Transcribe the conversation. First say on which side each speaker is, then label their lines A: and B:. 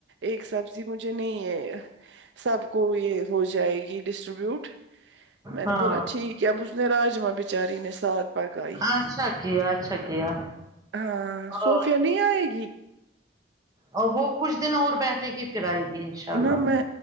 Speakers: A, on the right; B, on the right.
A: ایک سبزی مجھے نہیں ہے سب کو یہ ہو جائے گی ڈسٹریبیوٹ میں
B: ہاں
A: نے بولا ٹھیک ہے اب اس نے راجما بچاری نے ساتھ پکائی
B: اچھا کیا اچھا کیا
A: ہاں
B: اور
A: صوفیہ نہیں آئے گی
B: اور وہ کچھ دن اور بیٹھ ٹھے کی پھر آئے گی انشاء اللہ
A: نہ میں